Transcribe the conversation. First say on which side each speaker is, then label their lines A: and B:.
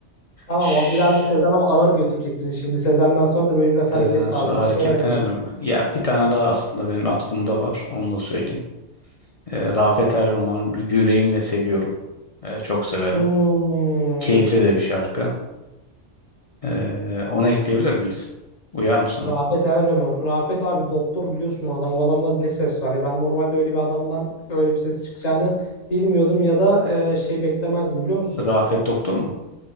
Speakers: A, on the left; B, on the left.
A: Tamam
B: Şşş,
A: o birazcık Sezen ama ağır götürecek bizi şimdi. Sezen'den sonra da böyle biraz
B: Sezen'den
A: hareket
B: sonra
A: lazım.
B: hareketlenelim
A: Bir şeyler yapalım.
B: mi? Ya bir tane daha aslında benim aklımda var. Onu da söyleyeyim. Eee Rafet Er Roman Yüreğimle Seviyorum. Eee, çok severim.
A: Hmm.
B: Keyifli de bir şarkı. Ee, onu ekleyebilir miyiz? Uyar mı sana?
A: Rafet Erreman. Rafet abi doktor biliyorsun o adam. O adamda ne ses var ya. Ben normalde öyle bir adamdan öyle bir ses çıkacağını bilmiyordum ya da e, şey beklemezdim biliyor musun?
B: Rafet Doktor mu?